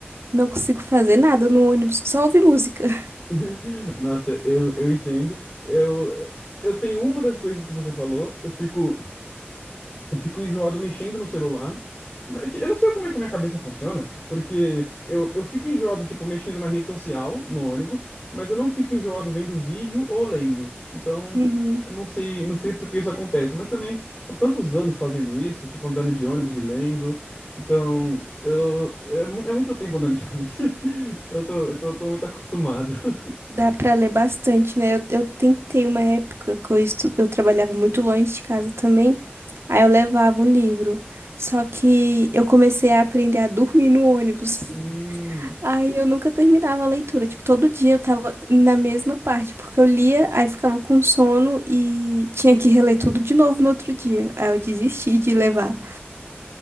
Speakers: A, on the right; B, on the left.
A: Não consigo fazer nada no ônibus, só ouvir música. <laughs>
B: <laughs> Nossa, eu, eu entendo. Eu, eu tenho uma das coisas que você falou, eu fico Eu fico enjoado mexendo no celular. Mas tipo, Eu não sei como é que a minha cabeça funciona, porque eu, eu fico enjoado, tipo, mexendo na rede social, no ônibus, mas eu não fico enjoado vendo vídeo ou lendo. Então,
A: Uhum.
B: eu não sei, não sei por que isso acontece, mas também são tantos anos fazendo isso, tipo, andando de ônibus e lendo. Então, eu, é, mu- é muito tempo andando de ônibus. <laughs> Então, eu tô, eu tô, tô muito acostumado. <laughs>
A: Dá pra ler bastante, né? Eu, eu tentei uma época que eu, estu... eu trabalhava muito longe de casa também. Aí eu levava um livro. Só que eu comecei a aprender a dormir no ônibus. <laughs>
B: Hum.
A: Aí eu nunca terminava a leitura. Tipo, todo dia eu tava na mesma parte, porque eu lia, aí ficava com sono e tinha que reler tudo de novo no outro dia. Aí eu desisti de levar.